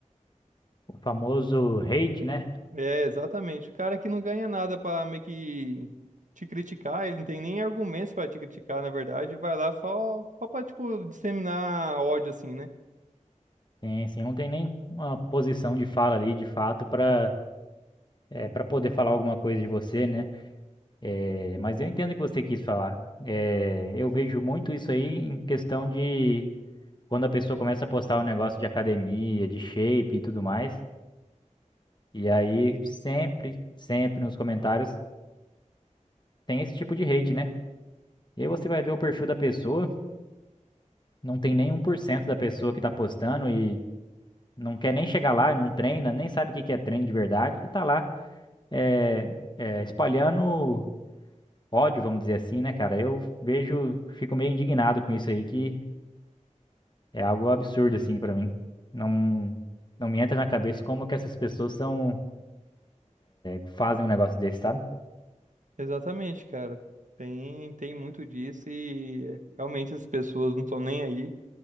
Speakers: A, on the left; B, on the right.
A: o famoso hate, né?
B: É, exatamente. O cara que não ganha nada pra meio que te criticar, ele não tem nem argumentos pra te criticar, na verdade, vai lá só, só pra, tipo, disseminar ódio, assim, né?
A: Sim, sim, não tem nem uma posição de fala ali, de fato, para é, para poder falar alguma coisa de você, né? É, mas eu entendo o que você quis falar. É, eu vejo muito isso aí em questão de quando a pessoa começa a postar um negócio de academia, de shape e tudo mais, e aí sempre, sempre nos comentários tem esse tipo de hate, né? E aí você vai ver o perfil da pessoa, não tem nem um por cento da pessoa que tá postando e não quer nem chegar lá, não treina, nem sabe o que que é treino de verdade e tá lá é, é, espalhando ódio, vamos dizer assim, né, cara? Eu vejo, fico meio indignado com isso aí, que é algo absurdo, assim, pra mim. Não, não me entra na cabeça como que essas pessoas são fazem um negócio desse, sabe?
B: Exatamente, cara. Tem, tem muito disso e realmente as pessoas não estão nem aí.